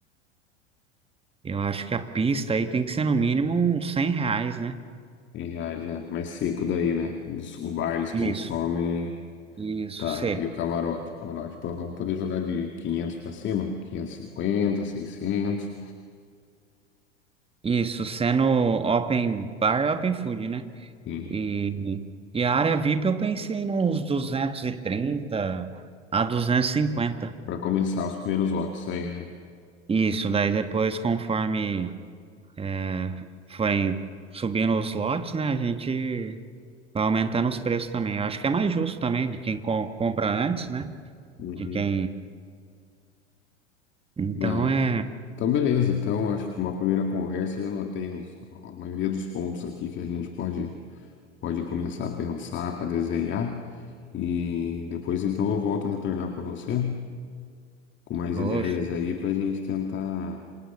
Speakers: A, on the right; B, on the left.
A: eu acho que a pista aí tem que ser no mínimo uns 100 reais, né?
B: Em reais, né? Mais seco daí, né? Eles- o bar eles
A: Isso,
B: consomem.
A: isso,
B: Tá,
A: seco.
B: e o camarote? O camarote, pô, vamos poder jogar de 500 pra cima? 550, 600.
A: Isso, sendo open bar, open food, né?
B: Sim,
A: E, e a área VIP eu pensei nos 230 a duzentos e cinquenta
B: pra começar os primeiros lotes aí, né?
A: Isso, daí depois, conforme é, forem subindo os lotes, né, a gente vai aumentando os preços também. Eu acho que é mais justo também de quem co- compra antes, né,
B: Uhum.
A: de quem... Então
B: Ah,
A: é...
B: então, beleza. Então, acho que uma primeira conversa eu já anotei os- a maioria dos pontos aqui que a gente pode, pode começar a pensar para desenhar. E depois, então, eu volto a retornar para você. com mais
A: Oxe,
B: ideias aí para a gente tentar